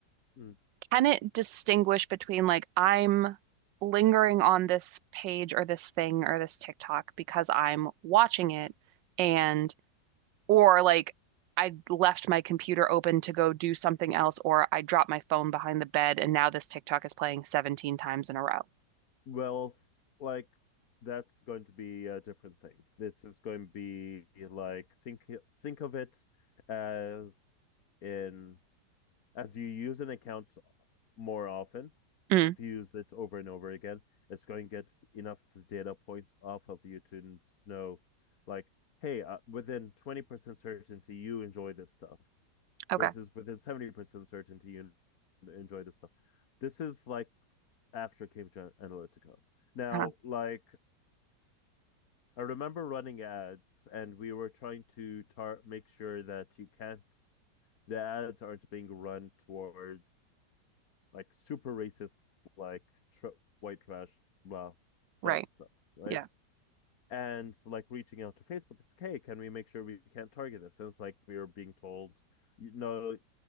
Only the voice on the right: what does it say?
can it distinguish between like I'm lingering on this page or this thing or this TikTok because I'm watching it and or like I left my computer open to go do something else or I dropped my phone behind the bed and now this TikTok is playing 17 times in a row.
Mm,
okay.
Uh-huh.
Right.
Yeah.